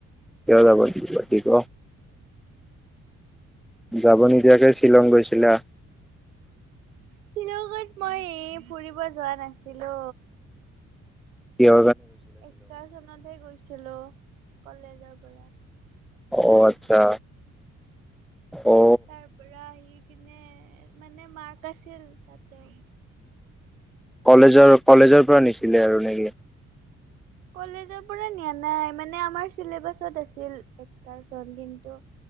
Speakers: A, in the centre; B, on the right.
A: কিয় যাব নিদিব দিব যাব নিদিয়াকে শ্বিলং গৈছিলা
B: শ্বিলং মই এই ফুৰিব যোৱা নাছিলো
A: কিয়
B: এক্সচনত হে গৈছিলো কলেজৰ পৰা
A: অ আচ্ছা অ
B: তাৰ পৰা আহি কিনে মানে মাৰ্ক আছিল তাতে
A: কলেজৰ কলেজৰ পৰা নিশি ছিলে আৰু নেকি
B: কলেজৰ পৰা নিয়া নাই মানে আমাৰ চিলেবাছত আছিল এক্সকাৰচন। কিন্তু